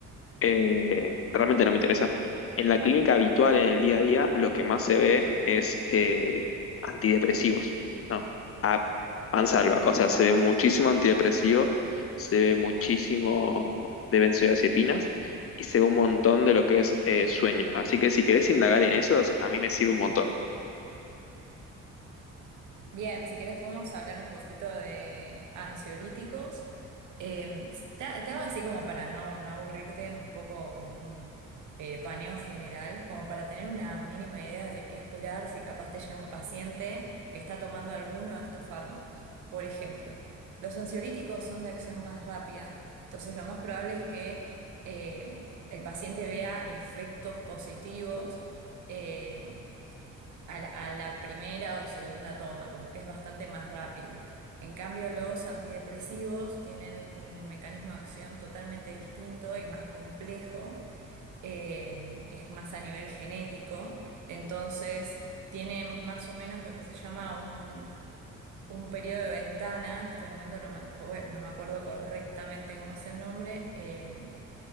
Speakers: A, on the left; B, on the right.
A: eh, realmente no me interesa. En la clínica habitual, en el día a día, lo que más se ve es eh, antidepresivos, ¿no? A mansalva, o sea, se ve muchísimo antidepresivo, se ve muchísimo de benzodiazepinas y se ve un montón de lo que es eh, sueño. Así que si querés indagar en esos, a mí me sirve un montón.
B: Bien, si querés podemos hablar un poquito de ansiolíticos. Eh, está- te hago así como para no, no aburrirte, un poco como un eh, paneo general, como para tener una mínima idea de qué esperar si capaz te llega un paciente que está tomando alguno de estos fármacos. Por ejemplo, los ansiolíticos son de acción más rápida, entonces lo más probable es que eh, el paciente vea efectos positivos. eh, a la, a la primera o segunda toma, como que es bastante más rápido. En cambio, los antidepresivos tienen un mecanismo de acción totalmente distinto y más complejo, eh, es más a nivel genético, entonces tiene más o menos lo que se llama un, un periodo de ventana, en este momento no me, acue- no me acuerdo correctamente cómo es el nombre, eh,